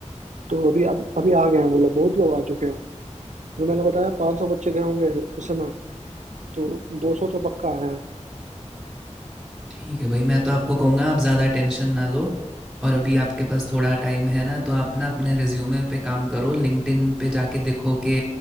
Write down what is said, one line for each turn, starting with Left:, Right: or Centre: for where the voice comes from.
Right: तो अभी अब अभी आ गए हैं वो लोग बहुत लोग आ चुके हैं जो मैंने बताया पाँच सौ बच्चे गए होंगे उस समय तो दो सौ तो पक्का आए हैं
Centre: ठीक है भाई मैं तो आपको कहूँगा आप ज़्यादा टेंशन ना लो और अभी आपके पास थोड़ा टाइम है ना तो आप ना अपने रिज्यूमे पे काम करो लिंक्डइन पे जाके देखो कि